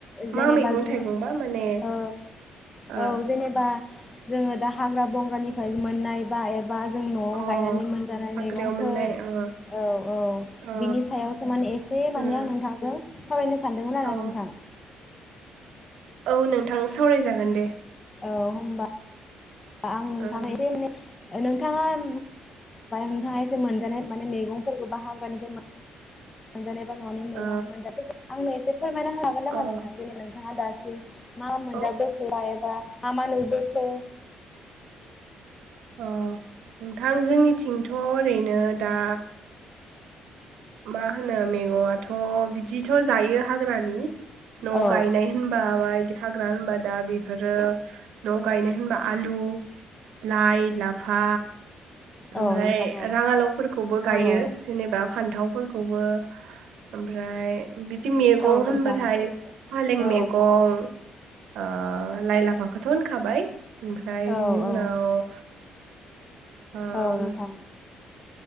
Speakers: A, on the left; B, on the right.
A: जेनेबा
B: मा मैगं
A: जोङो
B: थाइगंबा माने
A: औ
B: ओ
A: औ जेनेबा जोङो दा हाग्रा बंग्रानिफ्राय मोननाय बा एबा जों न'आव
B: अ
A: गायनानै मोनजानाय
B: हाग्रायाव
A: मैगंफोर
B: मोननाय अ
A: औ औ
B: अ
A: बिनि सायावसो माने एसे माने
B: उम
A: आं नोंथांजों सावरायनो सानदोंमोन आरो
B: औ
A: नोंथां।
B: औ नोंथां सावरायजागोन दे।
A: औ होमबा आं
B: उम
A: नोंथांनो एसे माने ओ नोंथाङा <unintelligible> नोंथाङा एसे मोनजानाय माने मेगंफोरखौ बा हाग्रानिफ्राय मोनजानाय बा न'नि मैगं
B: औ
A: <unintelligible> आंनो <unintelligible> फोरमायना होनो हागोन नामा
B: औ
A: नोंथां दिनै नोंथाङा दा <unintelligible> मा मोनजा
B: औ
A: बोखो? <unintelligible> बा मा मा नु बोखो
B: अ नोंथां जोंनिथिंथ' ओरैनो दा मा होनो मैगंआथ' बिदिथ' जायो हाग्रानि नवाव
A: औ
B: गायनाय होनबा बा इदि हाग्रानि होनबा दा बेफोरो न आव गायनाय होनबा आलु लाइ लाफा
A: औ
B: ओमफ्राय
A: नोंथां औ
B: राङालावफोरखौबो गायो
A: औ
B: जेनेबा फान्थाव फोरखौबो ओमफ्राय बिदि मेगं
A: औ नोंथां
B: होनबाथाय फालें
A: औ
B: मेगं आ लाइ लाफाखौथ होनखाबाय ओमफ्राय
A: औ
B: बिनि उनाव
A: औ
B: आम
A: औ नोंथां